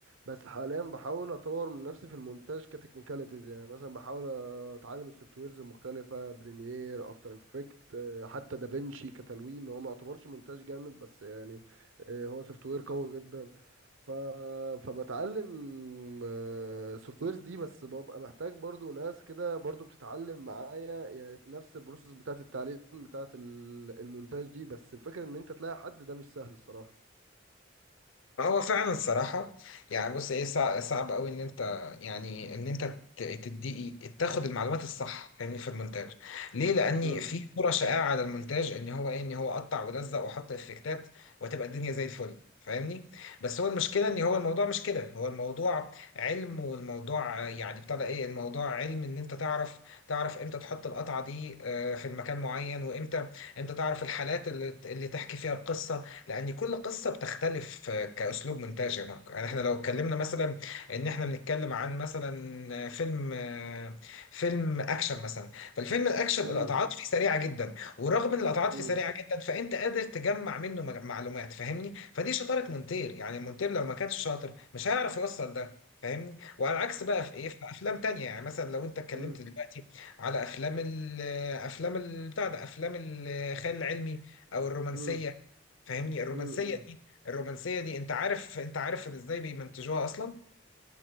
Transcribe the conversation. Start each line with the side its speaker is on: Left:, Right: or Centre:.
Right: بس حاليا بحاول اطور من نفسي في المونتاج كتكنيكاليتيز يعني مثلا بحاول اتعلم السوفت ويرز المختلفه بريمير افتر افكت حتى دافينشي كتلوين هو ما يعتبرش مونتاج جامد بس يعني آه، هو سوفت وير قوي جدا ف... فبتعلم السوفت ويرز دي بس ببقى محتاج برضو ناس كده برضو بتتعلم معايا يعني في نفس البروسيس بتاعت التعليم بتاعت ال- المونتاج دي بس الفكرة ان انت تلاقي حد ده مش سهل الصراحة
Left: هو فعلا الصراحة يعني بص ايه صع- صعب قوي ان انت يعني ان انت ت- تدي تاخد المعلومات الصح فاهمني في المونتاج ليه لاني
Right: امم
Left: في صورة شائعة على المونتاج ان هو ايه ان هو قطع ولزق وحط افكتات وتبقى الدنيا زي الفل فاهمني بس هو المشكلة ان هو الموضوع مش كده هو الموضوع علم والموضوع آه، يعني بتاع ده ايه الموضوع علم ان انت تعرف تعرف امتى تحط القطعة دي آه، في المكان معين وامتى امتى تعرف الحالات اللي اللي تحكي فيها القصة لان كل قصه بتختلف آه، كاسلوب مونتاج يا ماركو يعني احنا لو اتكلمنا مثلا ان احنا بنتكلم عن مثلا آه، فيلم آه، فيلم اكشن مثلا فالفيلم الاكشن القطعات
Right: امم
Left: فيه سريعه جدا ورغم ان القطعات
Right: امم
Left: فيه سريعه جدا فانت قادر تجمع منه مج- معلومات فاهمني فدي شطاره مونتير يعني مونتير لو ما كانش شاطر مش هيعرف يوصل ده فاهمني وعلى العكس بقى في ايه في افلام تانية يعني مثلا لو انت اتكلمت
Right: امم
Left: دلوقتي على افلام ال افلام ال- بتاع ده افلام الخيال العلمي او الرومانسيه
Right: امم
Left: فاهمني الرومانسيه
Right: امم
Left: دي الرومانسيه دي انت عارف انت عارف ازاي بيمنتجوها اصلا